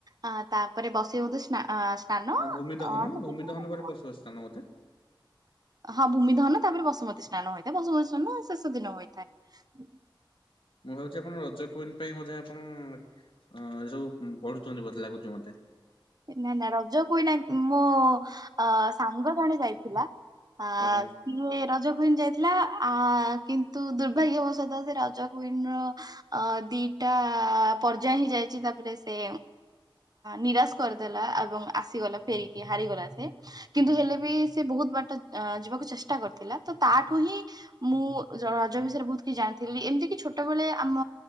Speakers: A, on the right (about 50°); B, on the left (about 80°).
A: ଅ ତାପରେ ବସେଇଉତି ସ୍ ସ୍ନାନ
B: ନା ଭୂମି ଦହନ
A: ଅ
B: ଭୂମି ଦହନ ପରେ ପଶୁ ସ୍ଥାନ ବୋଧେ
A: ହଁ ଭୂମିଦହନ ତାପରେ ବସୁମତୀ ସ୍ନାନ ହୋଇଥାଏ ବସୁମତୀ ସ୍ନାନ ଶେଷ ଦିନ ହୋଇଥାଏ,
B: ମୁଁ ଭାବୁଛି ଆପଣ ରଜ କୁଇନ ପାଇଁ ମଧ୍ୟ ଆପଣ ଅ ଏ ସବୁ ପଢୁଛନ୍ତି ବହୁତ ଲାଗୁଛି ମତେ।
A: ନା ନା ରଜ କୁଇନ ମୋ ଅ ସାଙ୍ଗ ଜଣେ ଯାଇଥିଲା। ଆ
B: ଆଜ୍ଞା।
A: ସିଏ ରଜ କୁଇନ ଯାଇଥିଲା ଆ କିନ୍ତୁ ଦୁର୍ଭାଗ୍ୟବଶତଃ ସେ ରଜ କୁଇନ ର ଅ ଦି ଟା ପର୍ଯ୍ୟାୟ ହେଇ ଯାଇଛି ତାପରେ ସେ ନିରାଶ କରିଦେଲା ଏବଂ ଆସିଗଲା ଫେରିକି ହାରିଗଲା ସେ କିନ୍ତୁ ହେଲେ ବି ସେ ବହୁତ ବାଟ ଯିବାକୁ ଚେଷ୍ଟା କରିଥିଲା ତ ତାଠୁ ହିଁ ମୁଁ ରଜ ବିଷୟରେ ବହୁତ କିଛି ଜାଣିଥିଲି ଏମିତି କି ଛୋଟବେେଳେ ଆମ